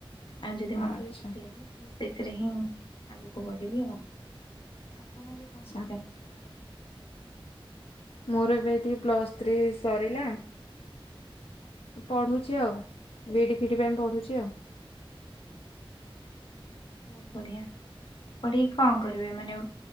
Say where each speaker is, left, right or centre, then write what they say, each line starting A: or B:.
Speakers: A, on the left; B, on the left.
A: ଆଉ ଯଦି
B: ଆଚ୍ଛା
A: ମୋତେ ବି ଠିକ୍ ଲାଗିବ ତାହେଲେ ସେଥିରେ ହିଁ ଆଗକୁ ବଢ଼ିବି ଆଉ ଆପଣ ଏବେ କଣ
B: ଆଚ୍ଛା
A: କରୁଛନ୍ତି ପଢ଼ାପଢ଼ି।
B: ମୋର ଏବେ ଏଠି ପ୍ଲସ ଥ୍ରୀ ସରିଲା।
A: ଆଚ୍ଛା
B: ପଢୁଛି ଆଉ ବିଡି ଫିଡି ପାଇଁ ପଢୁଛି ଆଉ।
A: ଆ ହ। ବହୁତ ବଢିଆ ପଢେଇକି କଣ କରିବେ ମାନେ